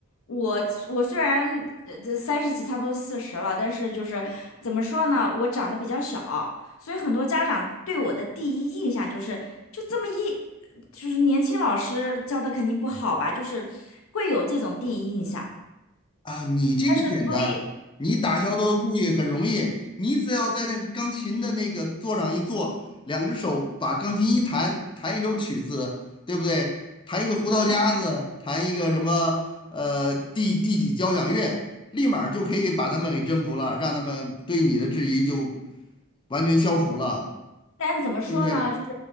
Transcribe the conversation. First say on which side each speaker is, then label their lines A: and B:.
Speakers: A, on the left; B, on the left.
A: 我我虽然呃这三十几，差不多四十了，但是就是怎么说呢，我长得比较小，所以很多家长对我的第一印象就是就这么一，就是年轻老师教的肯定不好吧，就是会有这种第一印象。
B: 啊，你这个简单，
A: 但是所以
B: 你打消他的顾虑很容易，你只要在那个钢琴的那个座上一坐，两只手把钢琴一弹，弹一首曲子，对不对？弹一个胡桃夹子，
A: 那他，
B: 弹一个什么呃第第几交响乐，立马儿就可以把他们给征服了，让他们对你的质疑就完全消除了，
A: 但是怎么说呢？
B: 对不对？
A: 就是